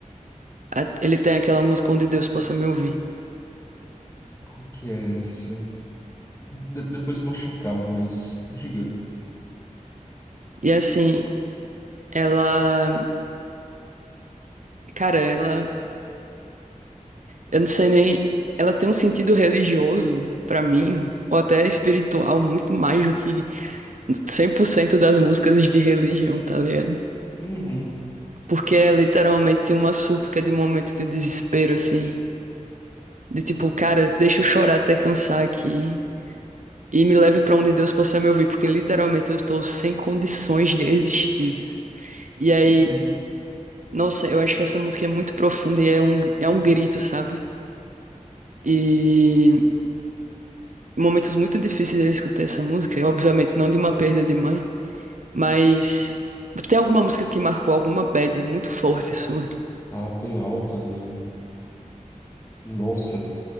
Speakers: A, on the right; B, on the left.
A: A- Ele tem aquela música Onde Deus Possa Me Ouvir.
B: Qual que é essa? De- depois eu vou checar, mas diga.
A: E assim, ela. Cara, ela. Eu não sei nem. Ela tem um sentido religioso, pra mim, ou até espiritual, muito mais do que 100% das músicas de religião, tá ligado?
B: Uhum,
A: Porque é literalmente uma súplica de momento de desespero, assim. De tipo, cara, deixa eu chorar até cansar aqui. E me leve pra onde Deus possa me ouvir, porque literalmente eu tô sem condições de existir. velho. E aí,
B: uhum.
A: nossa, eu acho que essa música é muito profunda e é um, é um grito, sabe? E momentos muito difíceis eu escutei essa música, e obviamente não de uma perda de mãe, mas tem alguma música que marcou alguma bad muito forte sua?
B: Ah, tem altas, velho. Nossa,